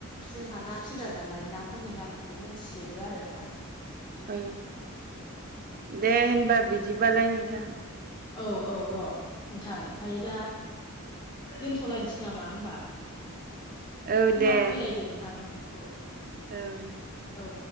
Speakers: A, on the left; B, on the right.
A: जोंहा ना फिग्रा नालाय नाफोरनि नामखौबो मोनथिजोबो आरो नोंथां।
B: औ दे होनबा बिदिबालाय नोंथां।
A: औ औ र नोंथां ओमफाय दा दोनथ'लायनोसै नामा होमबा?
B: औ
A: उनाव
B: दे
A: फैलायदो नोंथां औ औ
B: औ दे
A: औ